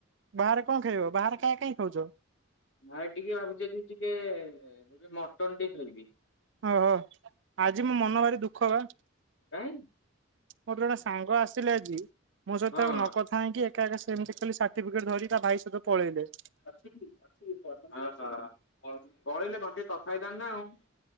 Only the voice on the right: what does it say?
ବାହାରେ କଣ ଖାଇବ ବାହାରେ କାଇ ଖାଇ ଖାଉଛ?
ଓହୋ ଆଜି ମୋ ମନ ଭାରି ଦୁଃଖ ବା
ମୋର ଜଣେ ସାଙ୍ଗ ଆସିଲେ ଆଜି ମୋ ସହିତ
ନକଥା ହେଇକି ଏକା ଏକା ସେମିତି ଖାଲି ସାର୍ଟିଫିକେଟ୍ ଧରି ତା ଭାଇ ସହିତ ପଳେଇଲେ।